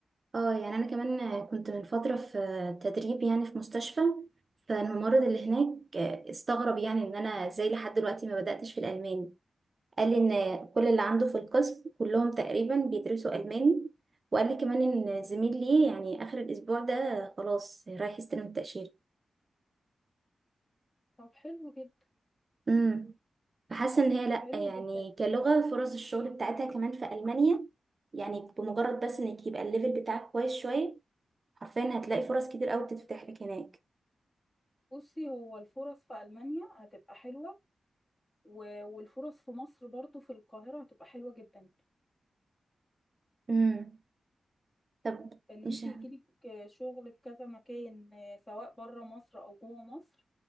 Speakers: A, on the right; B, on the left.
A: اه يعني انا كمان كنت من فترة في تدريب يعني في مستشفى فالممرض اللي هناك استغرب يعني ان انا ازاي لحد دلوقتي ما بدأتش في الالماني قال لي ان كل اللي عنده في القسم كلهم تقريبا بيدرسوا الماني وقال لي كمان ان زميل ليه يعني اخر الاسبوع ده خلاص رايح يستلم التأشيرة
B: طب حلو جدا
A: امم فحاسة ان هي لا
B: حلو
A: يعني
B: جدا
A: كلغة فرص الشغل بتاعتها كمان في ألمانيا يعني بمجرد بس انك يبقى الليفل بتاعك كويس شوية حرفيا هتلاقي فرص كتير قوي بتتفتح لك هناك
B: بصي هو الفرص في ألمانيا هتبقى حلوة و- والفرص في مصر برضو في القاهرة هتبقى حلوة جدا
A: امم طب
B: ان
A: مش
B: انت
A: ه-
B: يجيلك آه، شغل في كذا مكان آه، سواء بره مصر او جوه مصر